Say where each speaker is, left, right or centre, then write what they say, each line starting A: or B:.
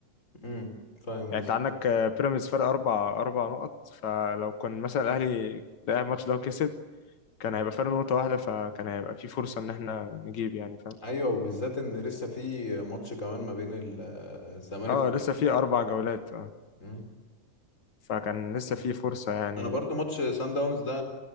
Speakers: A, on the left (about 25°); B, on the left (about 70°).
A: امم فاهم
B: يعني
A: قصدي
B: انت عندك آه، بيراميدز فرق اربع اربع نقط فلو كان مثلا الاهلي ده الماتش ده وكسب كان هيبقى فرق نقطه واحده فكان هيبقى في فرصه ان احنا نجيب يعني فاهم
A: ايوه وبالذات ان لسه في ماتش كمان ما بين ال- الزمالك
B: اه
A: وبيراميدز
B: لسه في اربع جولات آه.
A: مم.
B: فكان لسه في فرصة يعني
A: انا برضو ماتش سان داونز ده